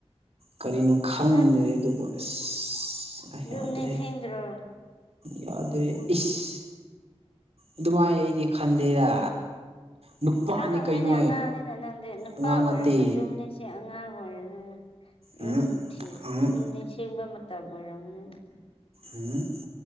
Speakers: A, on the right (about 70°); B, on the left (about 60°).
A: ꯀꯔꯤꯅꯣ ꯈꯪꯗꯦ
B: ꯑꯁ
A: ꯑꯗꯨꯒ ꯑꯁ ꯑꯩ ꯌꯥꯗ꯭ꯔꯦ
B: ꯌꯨꯝ <unintelligible>
A: ꯌꯥꯗ꯭ꯔꯦ ꯏꯁ ꯑꯗꯨꯃꯥꯏ ꯑꯩꯗꯤ ꯈꯟꯗꯦꯗ ꯅꯨꯄꯥꯅꯤ
B: ꯈꯜꯂꯝꯃꯤꯅꯦ
A: ꯀꯩꯅꯣ
B: ꯑꯉꯥꯡꯅꯤꯅ ꯅꯪꯗꯤ ꯅꯨꯄꯥ
A: ꯑꯉꯥꯡ
B: ꯑꯣꯏꯔꯁꯨ
A: ꯅꯠꯇꯦ
B: ꯌꯨꯝꯅꯤ ꯁꯤ ꯑꯉꯥꯡ ꯑꯣꯏꯔꯝꯅꯤꯅ
A: ꯎꯝ
B: ꯌꯨꯝ <unintelligible>
A: ꯎꯝ
B: ꯌꯨꯝ ꯅꯤꯡꯁꯤꯡꯕ ꯃꯇꯝ ꯑꯣꯏꯔꯝꯒꯅꯤꯅ
A: ꯎꯝ